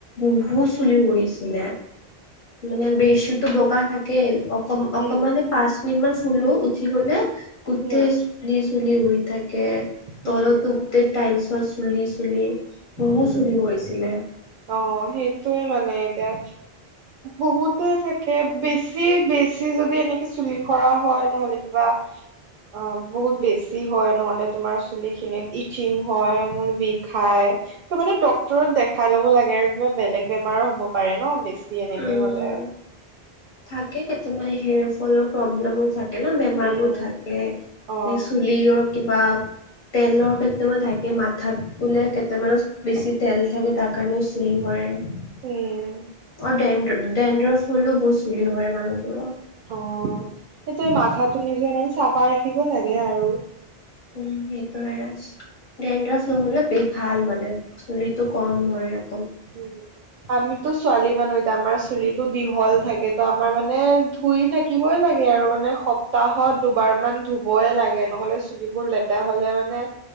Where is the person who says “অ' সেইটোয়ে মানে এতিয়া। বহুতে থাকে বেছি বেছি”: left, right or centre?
Right